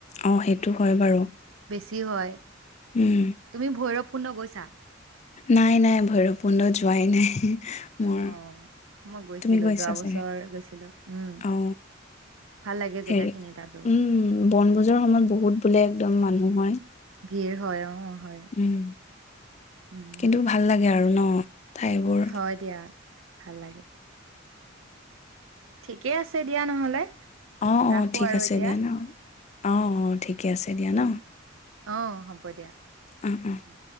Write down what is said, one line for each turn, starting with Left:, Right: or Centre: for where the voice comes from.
Left: অঁ সেইটো হয় বাৰু
Right: সেইটো হয়
Left: উম,
Right: তুমি ভৈৰপূণ সম্পূৰ্ণ গৈছা
Left: নাই নাই ভৈৰপূৰ্ণ যোৱাই নাই উম
Right: অ মই গৈছিলো
Left: তুমি গৈছা
Right: যোৱা বছৰ
Left: চাগে
Right: গৈছিলো উম
Left: অ
Right: ভাল লাগে জেগা
Left: হেৰি
Right: খিনি তাতো গৈ।
Left: উম বনভোজৰ সময়ত বহুত বোলে একদম মানুহ হয়
Right: ভিৰ হয় অ হয়
Left: উম,
Right: উম
Left: কিন্তু ভাল লাগে আৰু ন ঠাইবোৰ
Right: হয় দিয়া ভাল লাগে ঠিকে আছে দিয়া নহলে
Left: অঁ
Right: ৰাখো
Left: অঁ ঠিক
Right: আৰু
Left: আছে
Right: এতিয়া
Left: দিয়া ন অঁ অঁ ঠিকে আছে দিয়া ন
Right: অঁ হ'ব হব দিয়া
Left: অ',
Right: উম
Left: অ'।
Right: উম